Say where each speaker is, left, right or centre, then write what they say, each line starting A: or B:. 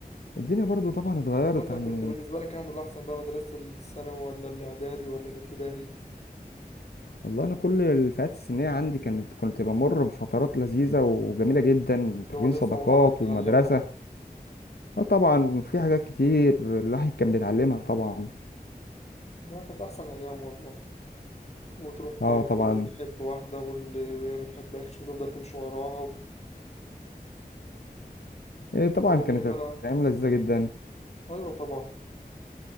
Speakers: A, on the left (about 85°); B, on the left (about 45°).
A: الدنيا برضو طبعا اتغيرت
B: وأنت
A: عن
B: كنت بالنسبة لك كانوا الأحسن بقى مدرسة الثانوي ولا الإعدادي ولا الابتدائي
A: والله انا كل الفئات السنيه عندي كانت كنت بمر بفترات لذيذه وجميله جدا
B: اللي
A: تكوين
B: هو لسه
A: صداقات
B: أول مرة تتعلمها
A: ومدرسه
B: وكده
A: آه طبعا في حاجات كتير الواحد كان بيتعلمها طبعا
B: ده كانت أحسن أيام والله وتروح ت-
A: اه طبعا
B: تحب واحدة واللي ما تحبكش وتفضل تمشي وراها و-
A: إيه طبعا
B: وما
A: كانت
B: لا
A: ايام لذيذه جدا
B: أيوة طبعا